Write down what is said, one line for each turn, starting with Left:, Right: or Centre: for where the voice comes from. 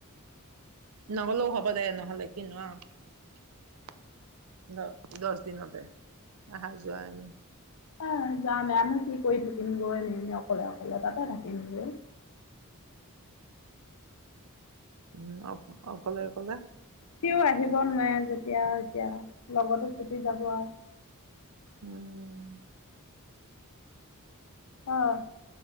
Right: নহ'লেও হ'ব দে নহ'লে কিনো আৰু দছ দিনতে, অহা যোৱা এনে।
Left: অহ, যামেনহ কি কৰি থাকিম গৈ এনেই এনে অকলে অকলে তাতে থাকিম গে।
Right: উম, অক অকলে, অকলে।
Left: সিও আহিব নোৱাৰে যেতিয়া এতিয়া লগতো ছুটি যাব আৰু।
Right: উম।
Left: অহ।